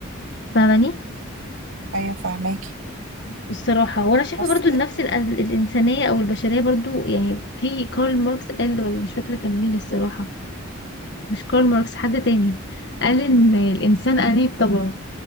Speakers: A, on the left (about 55°); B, on the right (about 75°).
A: فاهماني
B: ايوه فهماكي
A: الصراحة وأنا شايفة
B: بس
A: برضو النفس الأ- الإنسانية أو البشرية برضو يعني في كارل ماركس قال ولا مش فاكرة كان مين الصراحة مش كارل ماركس حد تاني قال إن الإنسان أنيب طبعه